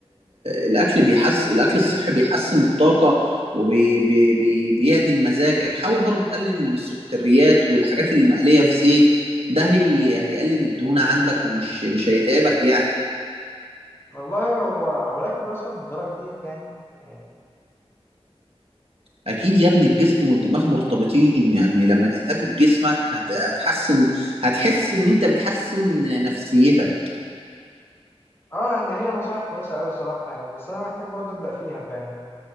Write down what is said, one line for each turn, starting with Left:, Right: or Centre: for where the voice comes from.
Right: الاكل بيحسن الاكل الصحي بيحسن الطاقة وبيعدل وبي... بي... بي- بيعدل مزاجك حاول برضو تقلل من السكريات والحاجات اللي مقلية في زيت ده هي... هيقلل الدهون عندك ومش مش هيتعبك يعني
Left: والله هو هو الاكل بيأثر للدرجة ديت يعني يعني
Right: اكيد يا ابني الجسم والدماغ مرتبطين يعني لما تهتم بجسمك هت... هتحسن هتحس ان انت بتحسن نفسيتك
Left: اه يعني هي نصايح كويسة أوي صراحة يعني بس أنا محتاج برضه أبدأ فيها فعلا